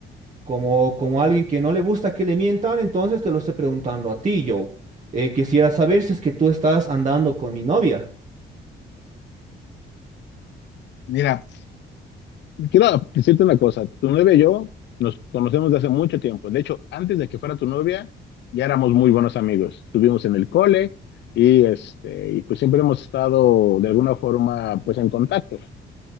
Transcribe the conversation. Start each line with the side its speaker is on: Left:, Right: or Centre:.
Right: Como, como alguien que no le gusta que le mientan, entonces te lo estoy preguntando a ti, Joe. Eh, quisiera saber si es que tú estás andando con mi novia.
Left: Mira, Quiero decirte una cosa, tu novia y yo nos conocemos de hace mucho tiempo. De hecho, antes de que fuera tu novia, ya éramos muy buenos amigos. Estuvimos en el cole y, este, y pues siempre hemos estado de alguna forma pues en contacto.